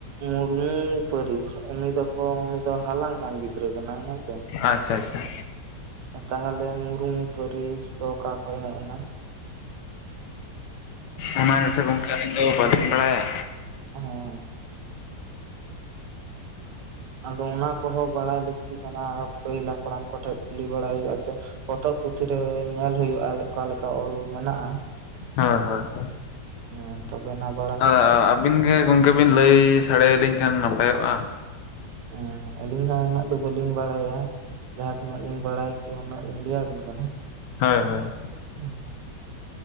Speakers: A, on the right; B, on the left.
A: ᱩᱸᱢ ᱯᱟᱹᱨᱤᱥ ᱩᱱᱤ ᱫᱚᱠᱚ ᱩᱱᱤ ᱫᱚ ᱦᱟᱞᱟᱝ ᱧᱟᱢ ᱜᱤᱫᱽᱨᱟᱹ ᱠᱟᱱᱟᱭ ᱦᱮᱸ ᱥᱮ
B: ᱟᱪᱪᱷᱟ ᱪᱷᱟ ᱪᱷᱟ
A: ᱛᱟᱦᱮᱞᱮ ᱢᱩᱨᱢᱩ ᱯᱟᱹᱨᱤᱥ ᱫᱚ ᱚᱠᱟ ᱠᱷᱚᱡ ᱦᱮᱡ ᱱᱟ
B: ᱚᱱᱟ ᱜᱮᱥᱮ ᱜᱚᱝᱠᱮ ᱟᱹᱞᱤᱧ ᱫᱚ ᱵᱟᱹᱞᱤᱧ ᱵᱟᱲᱟᱭᱟ
A: ᱦᱚᱸ ᱟᱫᱚ ᱚᱱᱟ ᱠᱚᱦᱚᱸ ᱵᱟᱲᱟᱭ ᱞᱟᱹᱠᱛᱤ ᱠᱟᱱᱟ ᱯᱟᱹᱦᱤᱞ ᱦᱟᱯᱲᱟᱢ ᱠᱚ ᱴᱷᱮᱡ ᱠᱩᱞᱤ ᱵᱟᱲᱟᱭ ᱦᱩᱭᱩᱜ-ᱟ ᱥᱮ ᱯᱚᱛᱚᱵ ᱯᱩᱛᱷᱤ ᱨᱮ ᱧᱮᱞ ᱦᱩᱭᱩᱜᱼᱟ ᱚᱠᱟ ᱞᱮᱠᱟ ᱚᱞ ᱢᱮᱱᱟᱜᱼᱟ
B: ᱦᱳᱭ ᱦᱳᱭ ᱦᱳᱭ
A: ᱦᱮᱸ ᱛᱚᱵᱮ ᱱᱟᱯ
B: ᱟ ᱟ ᱟᱹᱵᱤᱱ ᱜᱮ ᱜᱚᱝᱠᱮ ᱵᱤᱱ ᱞᱟᱹᱭ ᱥᱟᱰᱮ ᱭᱟᱞᱤᱧ ᱠᱷᱟᱱ ᱱᱟᱯᱟᱭᱚᱜᱼᱟ
A: ᱦᱩᱸ ᱟᱹᱞᱤᱧ ᱦᱚᱸ ᱩᱱᱟᱹᱜ ᱫᱚ ᱵᱟᱹᱞᱤᱧ ᱵᱟᱲᱟᱭᱟ ᱡᱟᱦᱟᱸ ᱛᱤᱱᱟᱹᱜ ᱞᱤᱧ ᱵᱟᱲᱟᱭ ᱠᱮᱭᱟ ᱩᱱᱟᱹᱜ ᱞᱤᱧ ᱞᱟᱹᱭ ᱟᱵᱤᱱ ᱠᱟᱱᱟ
B: ᱦᱳᱭ ᱦᱳᱭ
A: ᱩᱸᱜ